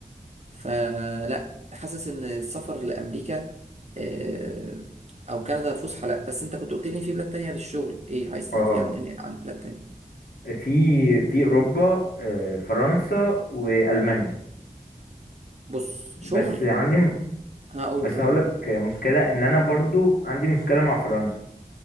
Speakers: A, on the right; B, on the left.
A: فلا حاسس ان السفر لامريكا آه، او كندا فسحه لا بس انت كنت قلت لي في بلاد تانية للشغل ايه عايز تعرف
B: اه
A: ايه عن عن بلاد تانية
B: في في اوروبا آه، فرنسا والمانيا
A: بص شغل
B: بس عندي م-
A: هقول
B: بس
A: طب
B: هقولك
A: قول
B: مشكله ان انا برضو عندي مشكله مع فرنسا